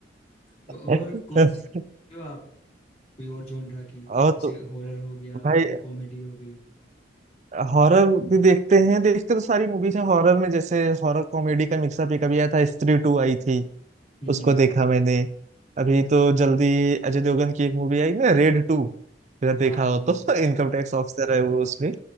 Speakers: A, on the left (about 35°); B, on the right (about 40°).
A: तो
B: <laughs>
A: और कौन सी देखते हो आप कोई और जॉनरा की जैसे
B: और तो
A: हॉरर हो गया या
B: भाई
A: कोई कॉमेडी हो गई
B: हॉरर भी देखते हैं देखते तो सारी मूवीज हैं हॉरर में जैसे हॉरर कॉमेडी का मिक्सअप एक अभी आया था स्त्री टू आई थी
A: हम्म
B: उसको देखा मैंने अभी तो जल्दी अजय देवगन की एक मूवी आई ना रेड टू अगर देखा
A: हाँ हाँ
B: हो
A: हाँ
B: तो <laughs> इनकम टैक्स ऑफिसर है वो उसमें